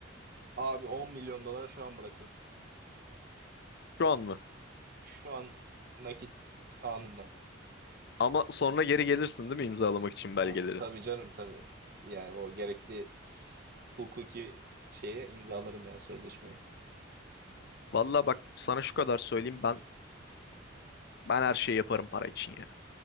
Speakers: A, on the right (about 50°); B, on the left (about 55°).
A: abi 10 milyon dolara şu an bırakırım.
B: Şu an mı?
A: Şu an nakit anında.
B: Ama sonra geri gelirsin değil mi imzalamak için belgeleri?
A: Ah, tabii canım tabii. Yani o gerekli s- hukuki şeye imzalarım yani sözleşmeyi.
B: Vallahi bak sana şu kadar söyleyeyim ben ben her şeyi yaparım para için ya.